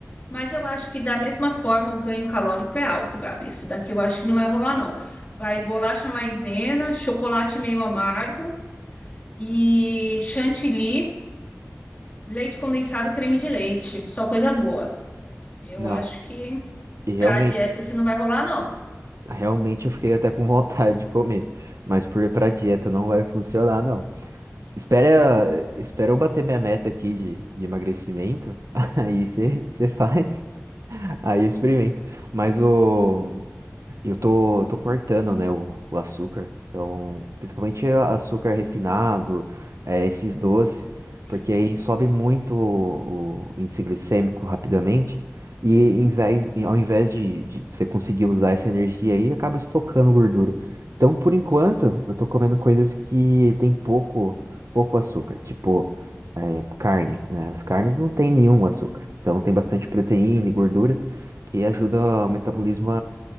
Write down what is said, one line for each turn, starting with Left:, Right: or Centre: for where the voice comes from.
Left: Mas eu acho que da mesma forma o ganho calórico é alto, Gabi. Esse daqui eu acho que não vai rolar, não. Vai bolacha maisena, chocolate meio amargo. e chantilly, leite condensado, creme de leite. Só coisa boa. Eu
Right: Não.
Left: acho que
Right: E realmente,
Left: para dieta isso não vai rolar, não.
Right: realmente eu fiquei até com vontade de comer. Mas por, ir pra dieta não vai funcionar, não. Espera, espera eu bater minha meta aqui de, de emagrecimento, <laughs> aí você faz, aí eu experimento. Mas o, eu tô, tô cortando, né, o, o açúcar. Então, principalmente a- açúcar refinado, é, esses doces,
Left: Eita,
Right: porque aí sobe muito o, o índice glicêmico rapidamente. E em vez, e ao invés de, de você conseguir usar essa energia aí, acaba estocando gordura. Então, por enquanto, eu tô comendo coisas que tem pouco, pouco açúcar, tipo, é, carne, né? As carnes não tem nenhum açúcar. Então, tem bastante proteína e gordura que ajuda o metabolismo